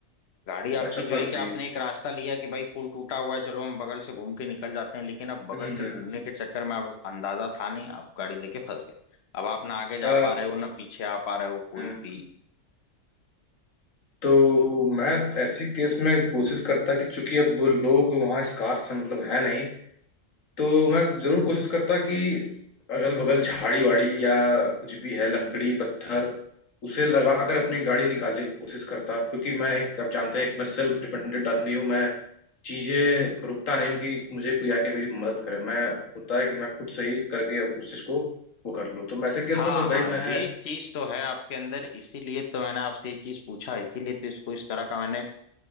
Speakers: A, on the left; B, on the left.
A: गाड़ी आपकी
B: अच्छा
A: जो
B: फंस
A: है कि
B: गई
A: आपने एक रास्ता लिया कि भाई पुल टूटा हुआ है चलो हम बगल से घूम के निकल जाते हैं लेकिन अब बगल
B: हम्म
A: से घूमने के चक्कर में आप अंदाजा था नहीं आप गाड़ी लेके फंस गए अब आप ना आगे जा
B: अ,
A: पा रहे हो ना पीछे आ पा रहे हो कोई
B: हम्म।
A: भी
B: तो मैं ऐसी केस में कोशिश करता कि चूंकि अब वो लोग वहाँ इस कार से मतलब है नहीं तो मैं जरूर कोशिश करता कि अगल बगल झाड़ी वाड़ी या कुछ भी है लकड़ी पत्थर उसे लगाकर अपनी गाड़ी निकालने की कोशिश करता क्योंकि मैं एक आप जानते हैं एक मैं सेल्फ डिपेंडेंट आदमी हूँ मैं चीजें रुकता नहीं हूँ कि मुझे कोई आके मेरी मदद करे मैं होता है कि मैं खुद से ही करके अब उस चीज को वो कर लूँ तो मैं ऐसे केस
A: हाँ
B: में तो भाई
A: हाँ ये
B: मैं
A: चीज तो है आपके अंदर इसीलिए तो मैंने आपसे ये चीज पूछा इसीलिए तो इसको इस तरह का मैंने